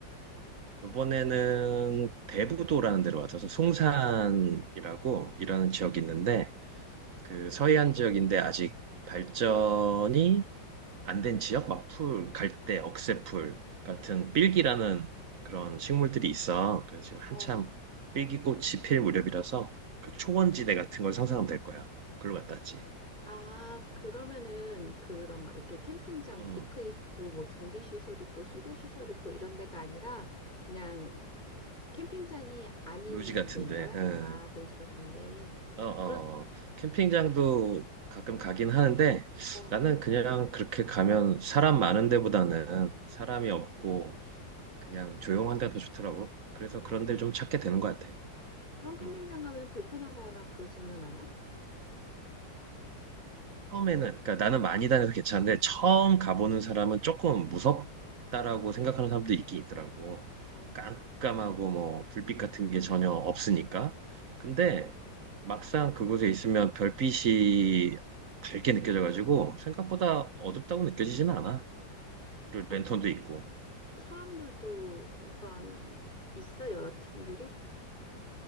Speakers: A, on the right; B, on the left.
A: 이번에는 대부도라는 데로 와서 송산이라고 일하는 지역이 있는데, 그 서해안 지역인데 아직 발전이 안된 지역 막 풀, 갈대, 억새풀 같은 삘기라는 그런 식물들이 있어. 그래서 지금 한참
B: 어,
A: 삘기꽃이 필 무렵이라서 그 초원지대 같은 걸 상상하면 될 거야. 글로 갔다 왔지.
B: 아, 그러면은, 그런, 막 이렇게 캠핑장
A: 음,
B: 데크 있고, 뭐, 전기시설 있고, 수도시설 있고, 이런 데가 아니라, 그냥 캠핑장이
A: 음.
B: 아닌
A: 묘지 같은데.
B: 데인 거야?
A: 음.
B: 아, 노지 같은데.
A: 어, 어.
B: 그런,
A: 어. 캠핑장도 가끔 가긴 하는데
B: 어,
A: 나는 그냥 그렇게 가면 사람 많은 데보다는 사람이 없고 그냥 조용한 데가 더 좋더라고. 그래서
B: 어,
A: 그런 데를 좀 찾게 되는 것 같아.
B: 그런 캠핑장
A: 음.
B: 가면 불편하거나 그러지는 않아?
A: 처음에는 그러니까 나는 많이 다녀서 괜찮은데 처음 가보는 사람은 조금 무섭다라고 생각하는 사람도 있긴 있더라고.
B: 어,
A: 깜깜하고 뭐 불빛 같은 게 전혀 없으니까. 근데 막상 그곳에 있으면 별빛이 밝게 느껴져가지고 생각보다 어둡다고 느껴지지는 않아. 그리고
B: 거-
A: 랜턴도 있고.
B: 사람들도 그러니까 있어 여러 팀들이?